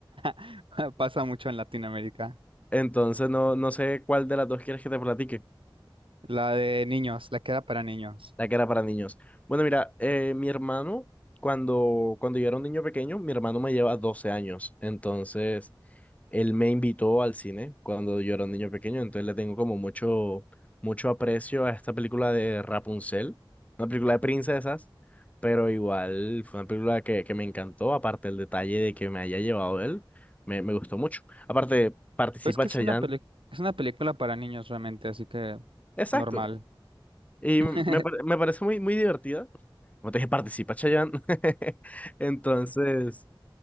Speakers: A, on the right; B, on the left.
A: <laughs> Pasa mucho en Latinoamérica.
B: Entonces, no, no sé cuál de las dos quieres que te platique,
A: La de niños, la que era para niños.
B: la que era para niños. Bueno, mira, eh, mi hermano, cuando, cuando yo era un niño pequeño, mi hermano me lleva 12 años. Entonces... él me invitó al cine cuando yo era un niño pequeño, entonces le tengo como mucho, mucho aprecio a esta película de Rapunzel, una película de princesas, pero igual fue una película que, que me encantó, aparte el detalle de que me haya llevado él, me, me gustó mucho. Aparte, participa
A: Pues que
B: Chayanne,
A: es una peli- es una película para niños realmente, así que
B: exacto,
A: normal.
B: y
A: <laughs>
B: me, pare- me parece muy, muy divertida. Como te dije, participa Chayanne, <laughs> entonces,